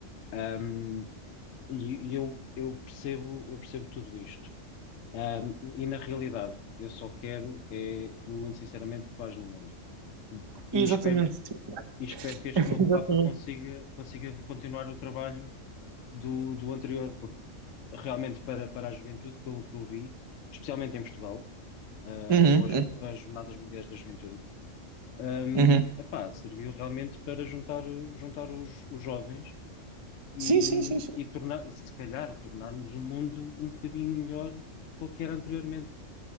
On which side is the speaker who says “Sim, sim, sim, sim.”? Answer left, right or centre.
Right